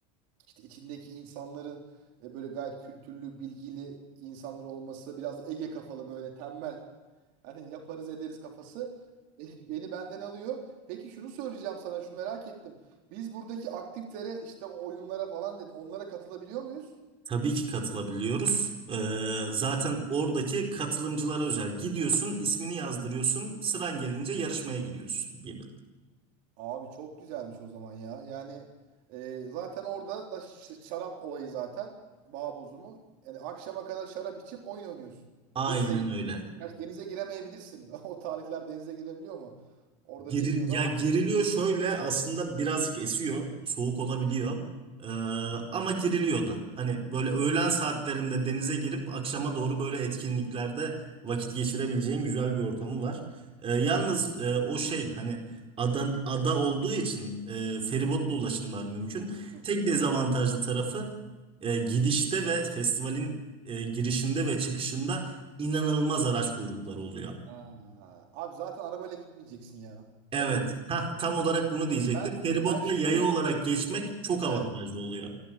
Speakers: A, on the right (about 65°); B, on the right (about 30°).
A: İşte içindeki insanların e, böyle gayet kültürlü, bilgili insanlar olması, biraz Ege kafalı böyle tembel. Hani yaparız ederiz kafası e, <laughs> beni benden alıyor. Peki şunu söyleyeceğim sana, şunu merak ettim. Biz buradaki aktivitelere işte o oyunlara falan dedi. Onlara katılabiliyor muyuz?
B: Tabii ki katılabiliyoruz. Ee, zaten oradaki katılımcılara özel. Gidiyorsun, ismini yazdırıyorsun, sıran gelince yarışmaya giriyorsun gibi.
A: Abi çok güzelmiş o zaman ya. Yani e, zaten orada da ş- şarap olayı zaten. Bağ bozumu. Yani akşama kadar şarap içip oyun oynuyorsun.
B: Aynen
A: Denize
B: öyle.
A: Gerçi denize giremeyebilirsin. <laughs> O tarihler denize girebiliyor mu? Orada
B: Geril,
A: bilmiyorum
B: ya
A: ama.
B: geriliyor şöyle aslında birazcık esiyor. Soğuk olabiliyor. Ee,
A: Hı hı.
B: ama geriliyor da. Hani böyle öğlen saatlerinde denize girip akşama doğru böyle etkinliklerde vakit geçirebileceğin güzel bir ortamı var. Ee,
A: Hmm.
B: yalnız e, o şey hani ada, ada olduğu için e, feribotla ulaşımlar mümkün.
A: Hı
B: Tek
A: hı.
B: dezavantajlı tarafı e, gidişte ve festivalin e, girişinde ve çıkışında inanılmaz araç kuyrukları oluyor.
A: Aa, abi zaten arabayla gitmeyeceksin ya.
B: Evet.
A: Ben öyle düşünüyorum
B: Ha tam
A: yani.
B: olarak bunu diyecektim.
A: Ben
B: Feribotla
A: ben şöyle
B: yaya olarak geçmek çok avantajlı
A: evet.
B: oluyor.